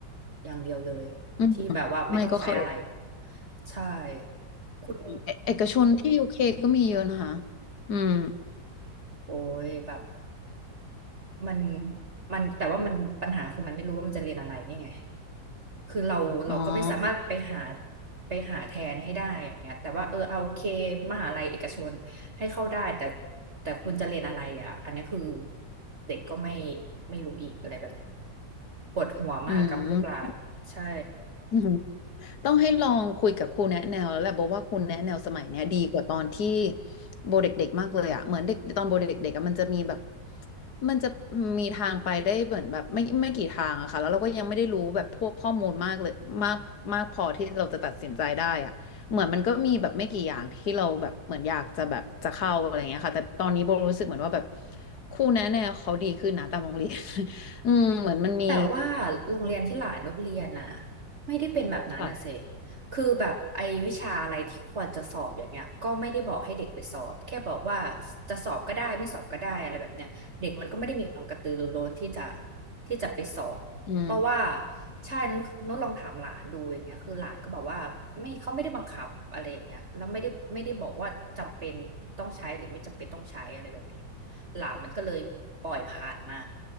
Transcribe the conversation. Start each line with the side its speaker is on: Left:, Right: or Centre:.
Right: อย่างเดียวเลยที่แบบว่าไม่ต้องใช้อะไร
Left: มอืมไม่ก็เข้าเอก
Right: ใช่คุณ
Left: เอเอกชนที่ยูเคก็มีเยอะนะคะอืม
Right: โอ้ยแบบมันมันแต่ว่ามันปัญหาคือมันไม่รู้ว่ามันจะเรียนอะไรนี่ไง คือเราเราก็ไม่สามารถไปหา
Left: อ๋อ
Right: ไปหาแทนให้ได้อย่างเงี้ยแต่ว่าเออเอาโอเคมหาลัยเอกชนให้เข้าได้แต่แต่คุณจะเรียนอะไรอ่ะอันนี้คือเด็กก็ไม่ไม่รู้อีกอะไรแบบเนี้ยปวดหัวมากกับลูกหลานใช่
Left: อืมอืมต้องให้ลองคุยกับครูแนะแนวแล้วแหละบอกว่าครูแนะแนวสมัยเนี้ยดีกว่าตอนที่โบเด็กๆมากเลยอะเหมือนเด็กตอนโบเด็กๆอะมันจะมีแบบมันจะมีทางไปได้เหมือนแบบไม่ไม่กี่ทางอะค่ะแล้วเราก็ยังไม่ได้รู้แบบพวกข้อมูลมากเลยมากมากพอที่เราจะตัดสินใจได้อะเหมือนมันก็มีแบบไม่กี่อย่างที่เราแบบเหมือนอยากจะแบบจะเข้าอะไรเงี้ยค่ะแต่ตอนนี้โบรู้สึกเหมือนว่าแบบครูแนะแนวเขาดีขึ้นนะตามโรงเรียน <laughs> อืมเหมือนมันมี
Right: แต่ว่าโรงเรียนที่หลานนุชเรียนน่ะไม่ได้เป็นแบบนั้นนะเซ
Left: ค่ะ
Right: คือแบบไอ้วิชาอะไรที่ควรจะสอบอย่างเงี้ยก็ไม่ได้บอกให้เด็กไปสอบแค่บอกว่าจะสอบก็ได้ไม่สอบก็ได้อะไรแบบเนี้ยเด็กมันก็ไม่ได้มีความกระตือรือร้นที่จะที่จะไปสอบเพราะว่า
Left: อืม
Right: ใช่นุชลองถามหลานดูอย่างเงี้ยคือหลานก็บอกว่าไม่เขาไม่ได้บังคับอะไรอย่างเงี้ยแล้วไม่ได้ไม่ได้บอกว่าจำเป็นต้องใช้หรือไม่จำเป็นต้องใช้อะไรแบบนี้ หลานมันก็เลยปล่อยผ่านมา